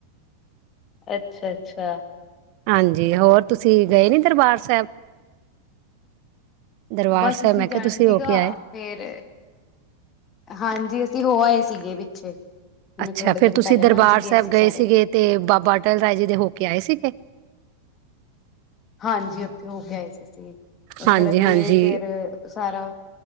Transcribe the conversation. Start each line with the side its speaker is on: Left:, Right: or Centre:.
Left: ਅੱਛਾ ਅੱਛਾ
Right: ਹਾਂਜੀ, ਹੋਰ ਤੁਸੀਂ ਗਏ ਨੀ ਦਰਬਾਰ ਸਾਹਿਬ। ਦਰਬਾਰ
Left: ਬਸ
Right: ਸਾਹਿਬ
Left: ਅਸੀਂ
Right: ਮੈਂ ਕਿਹਾ
Left: ਜਾਣਾ
Right: ਤੁਸੀਂ
Left: ਸੀਗਾ
Right: ਹੋ ਕੇ ਆਏ।
Left: ਫੇਰ, ਹਾਂਜੀ ਅਸੀਂ ਹੋ ਆਏ ਸੀ। ਸੀਗੇ ਪਿੱਛੇ ਹੁਣੇ
Right: ਅੱਛਾ
Left: ਥੋੜੇ
Right: ਫਿਰ
Left: ਦਿਨ
Right: ਤੁਸੀਂ
Left: ਪਹਿਲੇ ਨਾ
Right: ਦਰਬਾਰ
Left: ਅਸੀਂ
Right: ਸਾਹਿਬ
Left: ਸੀ
Right: ਗਏ
Left: ਸਾਰੇ
Right: ਸੀਗੇ ਤੇ ਬਾਬਾ ਅਟਲ ਰਾਏ ਜੀ ਦੇ ਹੋ ਕੇ ਆਏ ਸੀਗੇ
Left: ਹਾਂਜੀ ਉੱਥੇ ਹੋ ਗਏ ਸੀ ਅਸੀ। ਉੱਧਰ
Right: ਹਾਂਜੀ,
Left: ਅੱਗੇ
Right: ਹਾਂਜੀ,
Left: ਫੇਰ। ਸਾਰਾ।